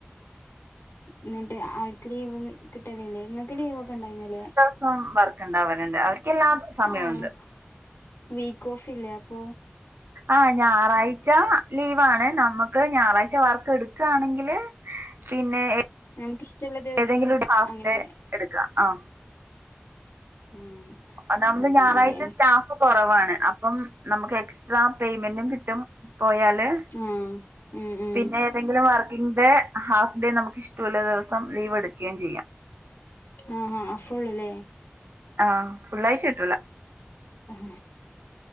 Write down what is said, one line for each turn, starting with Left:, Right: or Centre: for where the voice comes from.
Left: എന്നിട്ട് ആൾക്ക് ലീവ് കിട്ടലില്ലേ? നിങ്ങൾക്ക് ലീവ് ഒക്കെ ഉണ്ടായിരുന്നില്ലേ.
Right: എപ്പഴും വർക്ക് ഉണ്ടാവാറുണ്ട്. അവർക്ക് എല്ലാ സമയവുണ്ട്.
Left: ആഹ്. വീക്ക് ഓഫ് ഇല്ലേ അപ്പൊ
Right: ആഹ് ഞായറാഴ്ച ലീവാണ് നമ്മക്ക് ഞായറാഴ്ച വർക്ക് എടുക്കയാണെങ്കില് പിന്നെ
Left: നമുക്ക് ഇഷ്ടമുള്ള ദിവസം
Right: ഏതെങ്കിലും ഒരു ഹാഫ്
Left: അങ്ങനെ
Right: ഡേ എടുക്കാം. ആഹ്
Left: ഉം
Right: ഒന്നാമത്
Left: അങ്ങനെല്ലേ
Right: ഞായറാഴ്ച സ്റ്റാഫ് കുറവാണ് അപ്പം നമുക്ക് എക്സ്ട്രാ പേയ്മെന്റും കിട്ടും പോയാല്
Left: ഉം ഉം
Right: പിന്നെ ഏതെങ്കിലും വർക്കിംഗ് ഡേ ഹാഫ് ഡേ നമുക്ക് ഇഷ്ടമുള്ള ദിവസം ലീവ് എടുക്കുകയും ചെയ്യാം
Left: ആഹ് ആഹ് ഫുള്ല്ലേ
Right: ആഹ് ഫുള്ളാഴ്ട്ട് കിട്ടൂല
Left: ഉം